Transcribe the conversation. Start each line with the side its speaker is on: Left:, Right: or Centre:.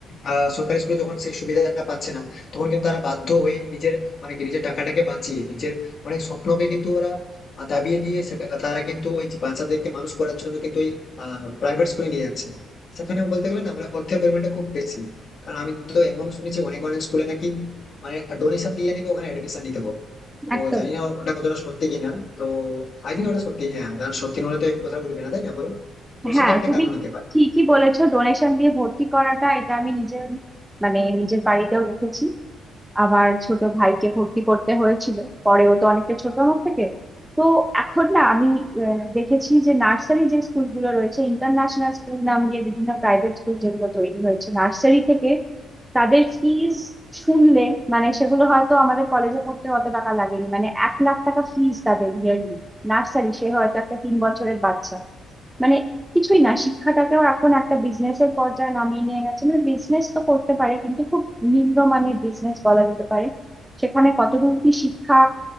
Left: আহ, সরকারি স্কুলে যখন সেই সুবিধাটা পাচ্ছে না তখন কিন্তু তারা বাধ্য হয়ে নিজের মানে কি নিজের টাকাটাকে বাঁচিয়ে নিজের অনেক স্বপ্নকে কিন্তু ওরা আহ, দাবিয়ে দিয়ে সেখা- তারা কিন্তু ওই যে বাচ্চাদেরকে মানুষ করার জন্য কিন্তু ওই প্রাইভেট স্কুলে নিয়ে যাচ্ছে সেখানে বলতে গেলে না আমরা অর্থের পরিমাণটা খুব বেশি কারণ আমি তো এমন শুনেছি অনেক অনেক স্কুলে নাকি মানে ডোনেশন দিয়ে নাকি ওখানে এডমিশন দিতে হবে তো
Centre: একদম
Left: জানি না ওটা কতটা সত্যি কিনা তো আই থিঙ্ক ওটা সত্যি হ্যাঁ কারণ সত্যি না হলে তো এক কথা বলবি না তাই না বলো তো
Centre: হ্যাঁ
Left: সেটা একটা
Centre: তুমি
Left: কারণ হতে পারে
Centre: ঠিকই বলেছো ডোনেশন দিয়ে ভর্তি করাটা এটা আমি নিজের মানে নিজের বাড়িতেও দেখেছি আবার ছোট ভাইকে ভর্তি করতে হয়েছিল পরে ও তো অনেকটা ছোট আমার থেকে তো এখন না আমি আহ, দেখেছি যে নার্সারি যে স্কুলগুলো রয়েছে ইন্টারন্যাশনাল স্কুল নাম দিয়ে বিভিন্ন প্রাইভেট স্কুল যেগুলো তৈরি হয়েছে নার্সারি থেকে তাদের ফিজ শুনলে মানে সেগুলো হয়তো আমাদের কলেজে পড়তে অত টাকা লাগেনি মানে এক লাখ টাকা ফিজ তাদের ইয়ারলি নার্সারি সে হয়তো একটা তিন বছরের বাচ্চা মানে কিছুই না শিক্ষাটাকেও এখন একটা বিজনেসের পর্যায়ে নামিয়ে নিয়ে গেছে মানে বিজনেস তো করতে পারে কিন্তু খুব নিম্নমানের বিজনেস বলা যেতে পারে সেখানে কতদূর কি শিক্ষা